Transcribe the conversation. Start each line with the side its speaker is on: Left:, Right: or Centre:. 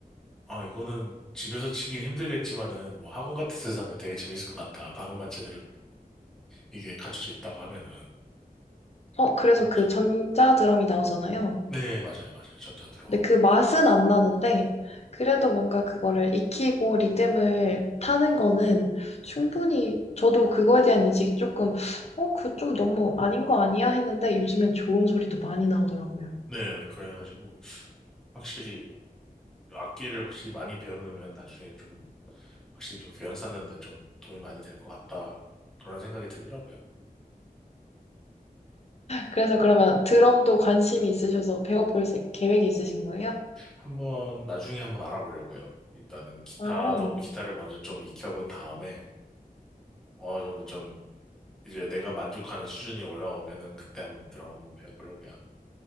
Centre: 아, 이거는 집에서 치긴 힘들겠지만은 뭐 학원 같은 데서 하면 되게 재밌을 것 같다. 방음만 제대로 이게 갖춰져 있다고 하면은.
Left: 어, 그래서
Centre: 그래가지고,
Left: 그 전자 드럼이 나오잖아요.
Centre: 네, 맞아요, 맞아요. 전자드럼.
Left: 근데 그 맛은 안 나는데, 그래도 뭔가 그거를 익히고 리듬을 타는 거는 충분히, 저도 그거에 대한 인식이 조금, 어, 그 좀 너무 아닌 거 아니야? 했는데 요즘엔 좋은 소리도 많이 나오더라고요.
Centre: 네, 네, 그래가지고, 확실히 악기를 확실히 많이 배우면 나중에 좀 확실히 좀 교양 쌓는데 좀 도움이 많이 될 것 같다. 그런 생각이 들더라고요.
Left: 그래서 그러면 드럼도 관심이 있으셔서 배워볼 세- 계획이 있으신 거예요?
Centre: 한번 나중에 한번 알아보려고요. 일단은 기타도
Left: 아,
Centre: 기타를 먼저 좀 익혀본 다음에 어느 정도 좀 이제 내가 만족하는 수준이 올라오면은 그때 한번 드럼 한번 배워보려고요.